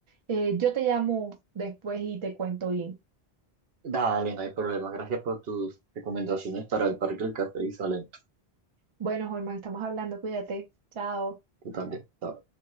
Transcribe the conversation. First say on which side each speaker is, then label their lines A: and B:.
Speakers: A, on the right (about 35°); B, on the right (about 70°).
A: Eh, yo te llamo después y te cuento bien.
B: Dale, no hay problema. Gracias por tus recomendaciones para el Parque del Café y Salento.
A: Bueno, Holman, estamos hablando, cuídate, chao.
B: Tú también. chao.